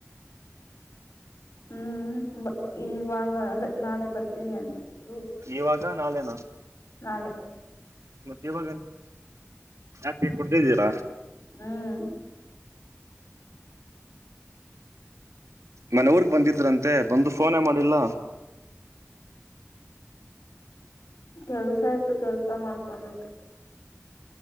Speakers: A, on the left; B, on the right.
A: ಹ್ಮ್ ಈ ಭಾನುವಾರ ಅಂದ್ರೆ ನಾಳೆ ಬರ್ತೀ ಬರ್ತೀನಿ ಅಂತಿದ್ರು
B: ಇವಾಗ ನಾಳೆನಾ
A: ನಾಳೆ
B: ಮತ್ ಇವಾಗ ಯಾಕೆ ಕುಡ್ದಿದ್ದೀರ
A: ಹ್ಮ್
B: ಮೊನ್ನೆ ಊರಿಗೆ ಬಂದಿದ್ರಂತೆ ಬಂದು ಫೋನೇ ಮಾಡಿಲ್ಲ.
A: ಕೆಲಸ ಇತ್ತು ಕೆಲ್ಸ ಮಾಡ್ಕೊಂಡ ಇದೆ.